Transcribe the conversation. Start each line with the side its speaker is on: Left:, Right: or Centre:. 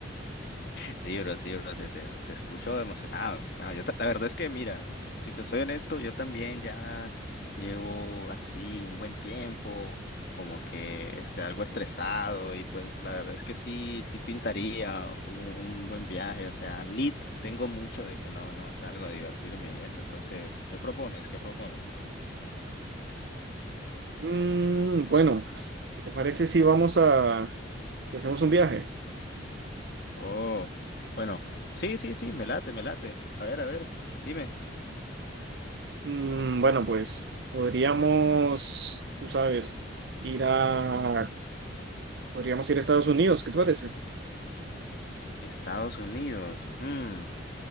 Left: Sí, bro, sí, bro, te, te, te escucho emocionado, emocionado. Yo, ta- la verdad es que, mira, si te soy honesto, yo también ya llevo así un buen tiempo, como que este, algo estresado, y pues la verdad es que sí, sí pintaría un, un buen viaje, o sea, lit, tengo mucho de que no, no salgo a divertirme y eso, entonces, ¿qué propones? ¿Qué propones?
Right: Mm, bueno, ¿qué te parece si vamos a, si hacemos un viaje?
Left: Oh, bueno, sí, sí, sí, me late, me late. A ver, a ver, dime.
Right: Mm, bueno, pues podríamos, tú sabes, ir a, podríamos ir a Estados Unidos, ¿qué te parece?
Left: Estados Unidos. mm.